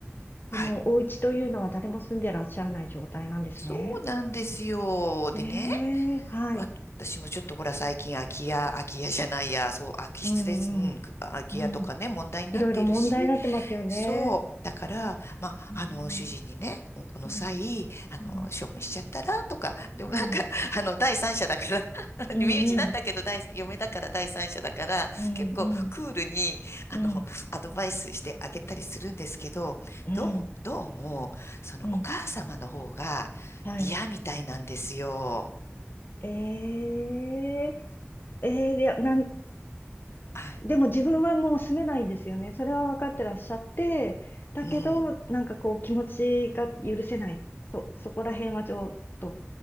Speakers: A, on the left (about 75°); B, on the left (about 50°).
A: はい。
B: このお家というのは誰も住んでらっしゃらない状態なんですね。
A: そうなんですよ。でね、
B: ええ、はい。
A: わ私もちょっとほら、最近空き家、空き家じゃないや、そう、空き室です。
B: うんうん。
A: うん、空き家とかね、
B: うん。
A: 問題になっているし、
B: いろいろ問題になってますよね。
A: そう。だから、まあ、
B: うん。
A: あの、主人にね、もうこの際、
B: うん。
A: あの、
B: うん。
A: 処分しちゃったら、とか、でもなんか、
B: うん。
A: <laughs> あの、第三者だから <laughs>
B: うん。
A: 身内なんだけど、
B: うん。
A: 第、嫁だから第三者だから、
B: うん。
A: 結構クールに、
B: うん。
A: あの、
B: うん。
A: アドバイスしてあげたりするんですけど、
B: うん。
A: どう、どうも、その、
B: うん
A: お母様の方が嫌みたいなんですよ。
B: はい。ええ、ええ、いや、なん、
A: あ、
B: でも自分はもう住めないんですよね。それは分かってらっしゃって、だけど、
A: うん。
B: なんかこう気持ちが許せない。そ、そこら辺はちょっと、